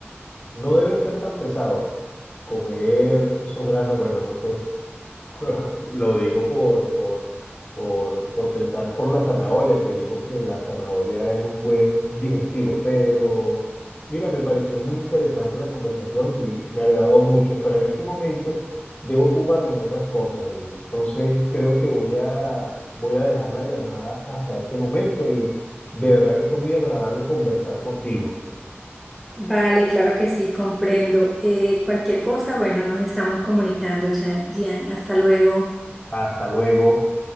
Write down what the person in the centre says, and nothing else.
Vale, claro que sí, comprendo. Eh, cualquier cosa, bueno, nos estamos comunicando, Cha- Gian. Hasta luego.